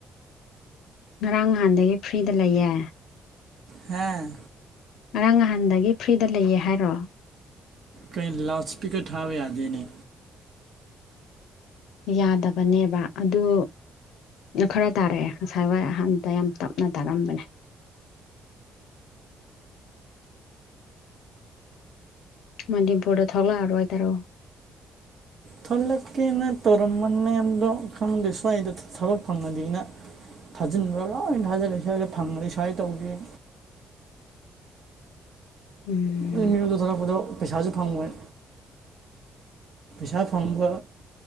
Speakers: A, on the left; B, on the right.
A: ꯉꯔꯥꯡ ꯅꯍꯥꯟꯗꯒꯤ ꯐ꯭ꯔꯤꯗ ꯂꯩꯌꯦ
B: ꯍꯥ
A: ꯉꯔꯥꯡ ꯅꯍꯥꯟꯗꯒꯤ ꯐ꯭ꯔꯤꯗ ꯂꯩꯌꯦ ꯍꯥꯏꯔꯣ
B: ꯀꯩꯏꯣ ꯂꯥꯎꯠ ꯁ꯭ꯄꯤꯀꯔ ꯊꯥꯕ ꯌꯥꯗꯦꯅꯦ
A: ꯌꯥꯗꯕꯅꯦꯕ ꯑꯗꯨ ꯈꯔ ꯇꯥꯔꯛꯑꯦ ꯉꯁꯥꯏ ꯋꯥꯏ ꯑꯍꯥꯟꯕꯗ ꯌꯥꯝ ꯇꯞꯅ ꯇꯥꯔꯝꯕꯅꯦ꯫ ꯃꯅꯤꯄꯨꯔꯗ ꯊꯣꯛꯂꯛ ꯑꯔꯣꯏꯗ꯭ꯔꯣ꯫
B: ꯊꯣꯛꯂꯛꯀꯦꯅ ꯇꯧꯔꯝꯕꯅꯦꯗꯣ ꯈꯪꯗꯦ ꯁ꯭ꯋꯥꯏꯗ ꯊꯕꯛ ꯐꯪꯉꯗꯤꯅ꯫ ꯊꯥꯖꯤꯟꯕ ꯂꯣꯏꯅ ꯊꯥꯖꯜꯂꯦ ꯁ꯭ꯋꯥꯏꯗ ꯐꯪꯉꯗꯤ ꯁ꯭ꯋꯥꯏꯗ ꯇꯧꯒꯦꯅ꯫
A: ꯎꯝ
B: ꯑꯩ ꯌꯨꯗ ꯊꯣꯂꯛꯄꯗꯣ ꯄꯩꯁꯥꯁꯨ ꯐꯪꯉꯣꯏ꯫ ꯄꯩꯁꯥ ꯐꯪꯕ